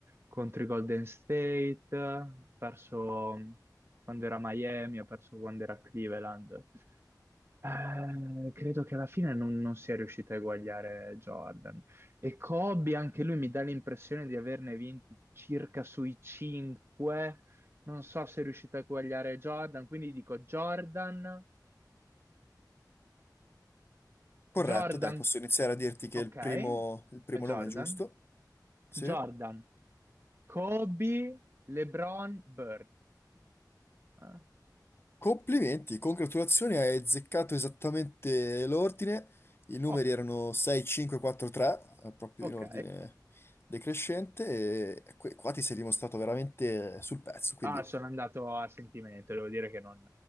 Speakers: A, on the right; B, on the left.
A: contro i Golden State, ha perso quando era a Miami, ha perso quando era a Cleveland. Eh, credo che alla fine non, non sia riuscito a eguagliare Jordan. E Kobe, anche lui mi dà l'impressione di averne vinti circa sui 5. Non so se è riuscito a eguagliare Jordan, quindi dico Jordan,
B: Corretto,
A: Jordan,
B: dai, posso iniziare a dirti che
A: ok,
B: il primo, il primo
A: è Jordan,
B: nome è giusto. Sì.
A: Jordan, Kobe, LeBron, Bird. Eh,
B: Complimenti, congratulazioni, hai azzeccato esattamente l'ordine. I numeri
A: Oh,
B: erano 6, 5, 4, 3, eh, proprio
A: ok.
B: in ordine decrescente, e que- qua ti sei dimostrato veramente sul pezzo, quindi
A: Ah, sono andato a sentimento, devo dire che non